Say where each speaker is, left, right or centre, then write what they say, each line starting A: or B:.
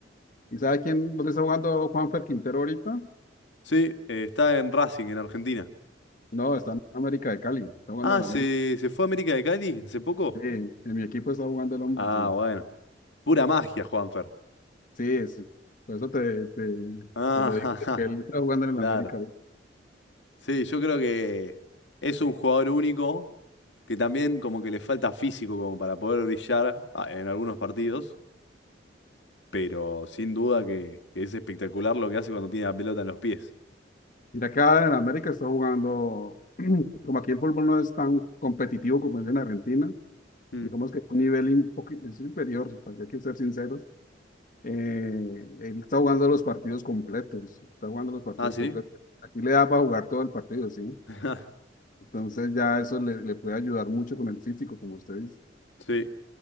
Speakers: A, on the left; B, on the left.
A: ¿Y sabes quién, dónde está jugando Juanfer Quintero ahorita?
B: Sí, eh, está en Racing, en Argentina.
A: No, está en América de Cali, está jugando
B: Ah,
A: en el
B: ¿se,
A: América.
B: se fue a América de Cali hace poco?
A: Sí, en mi equipo está jugando el hombre,
B: Ah,
A: sí.
B: bueno. Pura magia, Juanfer. <laughs>
A: Sí, es, por eso te, te,
B: Ah,
A: te lo digo,
B: ajá,
A: que él está jugando en
B: claro.
A: el América. ahorita.
B: Sí, yo creo que es un jugador único que también como que le falta físico como para poder brillar ah, en algunos partidos, pero sin duda que, que es espectacular lo que hace cuando tiene la pelota en los pies.
A: Mira, acá en el América está jugando, <clears throat> como aquí el fútbol no es tan competitivo como es en Argentina,
B: Mm.
A: y como es que un nivel un poqui- es inferior, porque hay que ser sinceros. eh, él está jugando los partidos completos, está jugando los partidos
B: Ah, sí.
A: completos. Aquí le da para jugar todo el partido, ¿sí?
B: <laughs>
A: Entonces ya eso le, le puede ayudar mucho con el físico, como usted dice.
B: Sí.